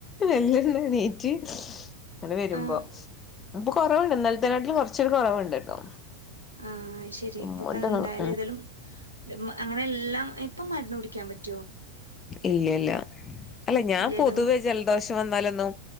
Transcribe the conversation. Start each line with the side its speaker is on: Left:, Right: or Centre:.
Left: വെല്ലോന്നെണീറ്റ് എന്ത് വരുമ്പോ
Right: ആഹ്
Left: ഇപ്പൊ കൊറവുണ്ട് ഇന്നൽത്തെനാട്ട്ലും കൊറച്ചോരു കൊറവുണ്ട് ട്ടോ
Right: ആഹ ഐശരി
Left: തുമ്മണ്ട്ന്നാണ്
Right: ഇപ്പൊക്കെ അങ്ങൻ ഇണ്ടായാലെതെലും
Left: ഉം
Right: അങ്ങനെ എല്ലാം ഇപ്പ മരുന്നുടിക്കാൻ പറ്റ്
Left: ഇല്ല്യല്ല അല്ല ഞാൻ
Right: ഇല്ലല്ലോ
Left: പൊതുവേ ജലദോഷം വന്നാലൊന്നും